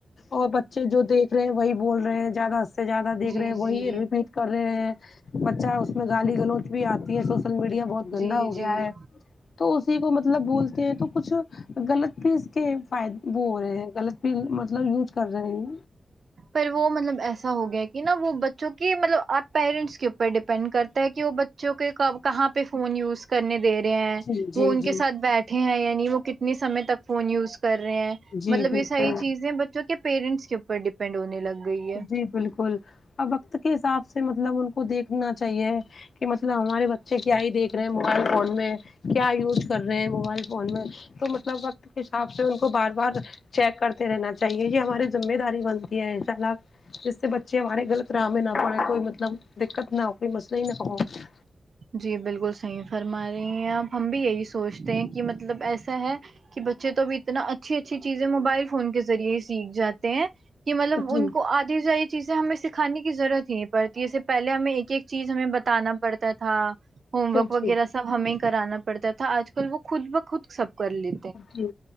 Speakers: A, on the left; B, on the right.
A: اور چے جو دیکھ رہے ہیں وہی بول رہے ہیں زیادہ سے زیادہ دیک
B: جی
A: رہے ہیں وہی
B: جی
A: ریپیٹ کر رہے ہیں بچہ اس میں گالی گلوچ بھی آتی ہے سوشل میڈیا بہت گندا
B: جی
A: ہو
B: جی
A: گیا ہے تو اسی کو مطلب بولتے ہیں تو کچھ غلط بھی اس کے فائد وہ ہو رہے ہیں غلط بھی مطلب یوج کر رہے ہیں
B: پر وہ مطلب ایسا ہو گیا کہ نا وہ بچوں کی مطلب آپ پیرنٹس کے اوپر ڈیپینڈ کرتا ہے کہ وہ جوک کب کہاں پہ فون یوز کرنے دے رہے ہیں
A: جی جی
B: وہ ان کے
A: جی
B: ساتھ بیٹھے ہیں یعنی وہ کتنے سمے تک فون یوز کر رہے ہیں
A: جی
B: مطلب
A: بالکل
B: یہ ساری چیزیں بچوں کے پیرنٹس کے اوپر ڈیپینڈ ہونے لگ گئی ہے
A: جی بالکل اب وقت کے حساب سے مطلب ان کو دیکھنا چاہیے کہ مطلب ہمارے بچے کیا ہی دیکھ رہے ہیں موبائل فون میں کیا یوز کر رہے ہیں موبائل فون میں تو مطلب وقت کے حساب سے ان کو بار بار چیک کرتے رہنا چاہیے یہ ہماری ذمہ داری بنتی ہے انشاءاللہ جس سے بچے ہمارے غلط راہ میں نہ پڑے کوئی مطلب دقت نہ ہو کوئی مسئلہ ہی نہ
B: جی بالکل صحیح فرما رہی ہیں آپ ہم بھی یہی سوچتے ہیں کہ مطلب ایسا ہے کہ بچے تو اب اتنا اچھی اچھی چیزیں موبائل فون کے ذریعے ہی سیکھ جاتے ہیں کہ معلوم
A: جی
B: ان کو آج یہ ساری چیزیں ہمیں سکھانے کی ضورت ہی نہیں پڑتی اس سے پہے ہمیں ایک ایک چیز ہمیں بتا نا پڑتا ہے تھا ہوم ورک
A: جی
B: وغیرہ سب ہمیں کرانا پڑتا تھا آج کل وہ خود بخود سب کر لی
A: جی